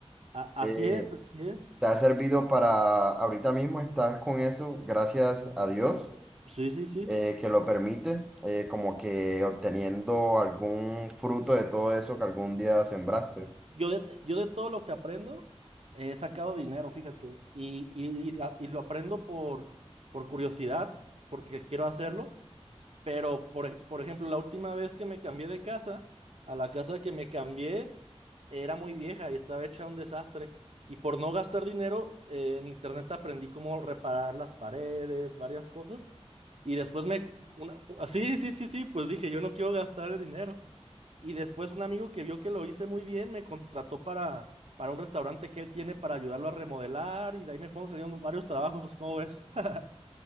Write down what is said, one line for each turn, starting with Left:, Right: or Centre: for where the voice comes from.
Right: A-
Centre: eh,
Right: así es, así es.
Centre: te ha servido para, ahorita mismo estás con eso, gracias a Dios,
Right: Sí, sí, sí.
Centre: eh, que lo permite, eh, como que obteniendo algún fruto de todo eso que algún día sembraste.
Right: Yo de, yo de todo lo que aprendo he sacado dinero, fíjate. Y, y, y a- y lo aprendo por, por curiosidad, porque quiero hacerlo. Pero, por, ej- por ejemplo, la última vez que me cambié de casa, a la casa que me cambié era muy vieja y estaba hecha un desastre. Y por no gastar dinero, eh, en internet aprendí cómo reparar las paredes, varias cosas. Y después me... Una, ah, sí, sí, sí, sí, pues dije, yo no quiero gastar el dinero. Y después un amigo que vio que lo hice muy bien me contrató para, para un restaurante que él tiene para ayudarlo a remodelar y de ahí me fueron saliendo varios trabajos, ¿cómo ves? <laughs>